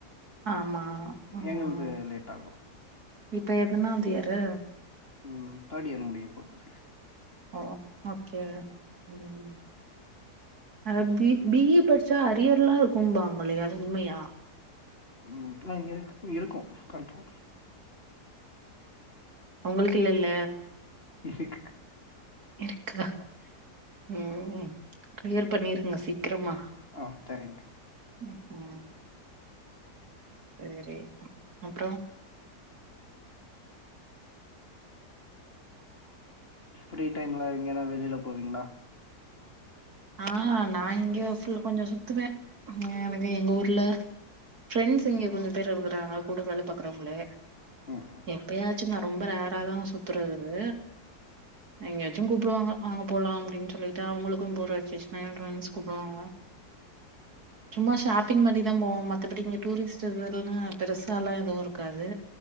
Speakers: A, on the right; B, on the left.
A: ஆமா ம்
B: எங்கலுது லேட் ஆகு
A: இப்ப எதுனாது இயரு
B: உம் தேர்ட் இயர் முடிய போ சிக்ஸ்
A: ஓ ஓகே உம் அ
B: சிக்ஸ்
A: பீ இ படிச்சா ஆரியர்ல்லாம் இருக்கும்பாங்களெ அது உண்மையா
B: உம் <unintelligible> இரு இருக்கும் கண்ஃபார்ம்
A: உங்களுக்கு இல்லல
B: இருக்கு
A: இருக்கா உம் கிளியர் பண்ணிருங்க சீக்கிரமா
B: ஆ சரிங்கா
A: ம் ம் செரி அப்றம்
B: ஃப்ரீ டைம்ல எங்கன்னா வெளியில போவீங்களா
A: ஆஹ்ஹ நான் இங்கய கொஞ்சம் சுத்துவேன் வெளிய எங்க ஊர்ல ஃப்ரெண்ட்ஸ் இங்க கொஞ்சம் பேர் இருக்கறாங்க கூட வேல பாக்குறவங்களே
B: ம்.
A: எப்பயா சுதான் ரொம்ப ரேரா தான் சுத்துறது எங்கயாச்சும் கூப்புடுவாங்க வாங்க போலாம் அப்டினு சொல்லிட்டு அவங்களுக்கும் போர் அடிச் ச்சுதுனா கூப்புடுவாங்க சும்மா ஷாப்பிங் மாரிதான் போவோம் மத்தபடி இங்க டூரிஸ்ட் இதுன்னு பெருசா எல்லாம் எதுவும் இருக்காது